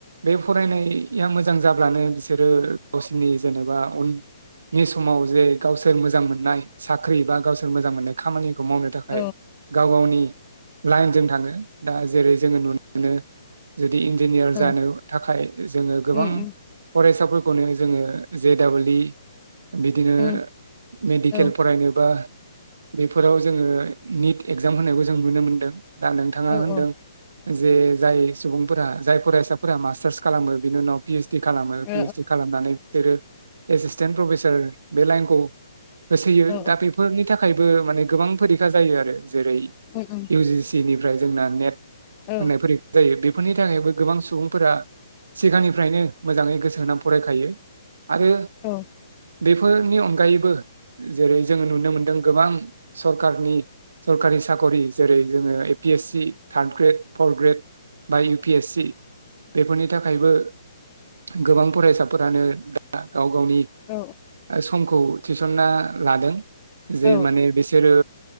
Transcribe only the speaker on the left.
औ
औ
उम उम
उम
औ
औ
ओ
औ
औ
उम उम
औ
औ
औ
औ